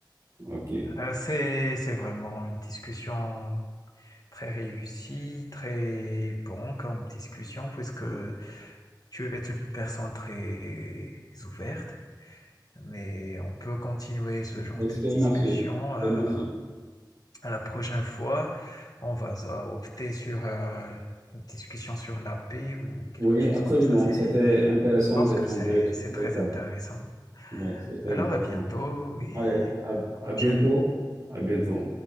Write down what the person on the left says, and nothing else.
Euh, c'est, c'est vraiment une discussion très réussie, très bon comme discussion, puisque tu es une personne très ouverte. Mais on peut continuer ce genre
de
discussion.
euh,
à la prochaine fois, on va euh, opter sur euh, une discussion sur la paix ou quelque
chose
comme ça. C'est,
je pense
que c'est, c'est très
intéressant.
Alors
à bientôt et
à la
prochaine
fois.